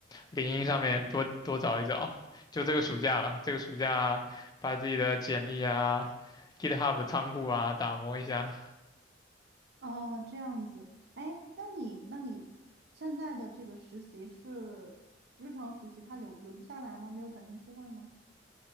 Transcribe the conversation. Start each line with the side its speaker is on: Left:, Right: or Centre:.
Left: 领英上面多多找一找。就这个暑假吧，这个暑假把自己的简历啊、GitHub 仓库啊打磨一下。
Right: 哦，这样子，哎，那你那你现在的这个实习是日常实习，它留留不下来吗？没有转正机会吗？